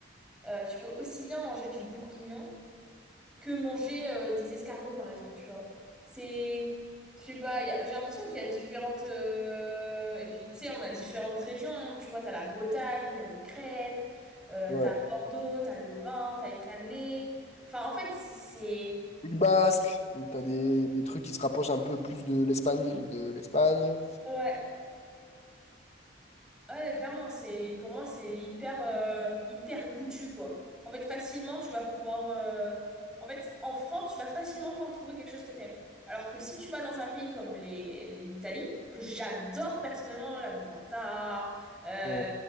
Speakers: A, in the centre; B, on the left (about 35°).
A: Euh, tu peux aussi bien manger du bourguignon. que manger euh, des escargots, par exemple, tu vois. C'est... Je sais pas, y a- j'ai l'impression qu'il y a différentes... euh, Et puis, tu sais, on a différentes régions, hein, tu vois, t'as la Bretagne, où il y a les crêpes, euh,
B: Ouais.
A: t'as Bordeaux, t'as le vin, t'as les cannelés. Enfin, en fait, c'est...
B: Pays Basque. T'as des, des trucs qui se rapprochent un peu plus de l'Espagne, de l'Espagne.
A: Ouais. Ouais, clairement, c'est pour moi c'est hyper euh, hyper goûtu quoi. En fait, facilement tu vas pouvoir euh, en fait en France, tu vas facilement pouvoir trouver quelque chose que t'aimes. Alors que si tu vas dans un pays comme les l'Italie, que j'adore personnellement la burrata, euh,
B: Ouais.